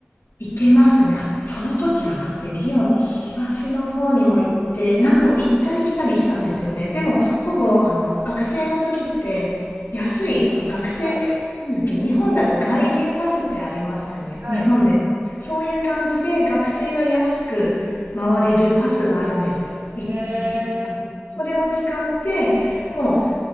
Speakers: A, on the left (about 85°); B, on the right (about 85°).
A: 行けますね。あ、その時は待って、リヨン、東の方にも行って、なんかこう行ったり来たりしたんですよね。でも、ほぼ、あの、学生の時って、安い、その学生、
B: はい。
A: なんだっけ、日本だと外人パスってありますよね。
B: はい。
A: 日本でも。そういう感じで、学生が安く回れるパスがあるんですよ。い、
B: えー、
A: あのいいのかなそれを使って、もう、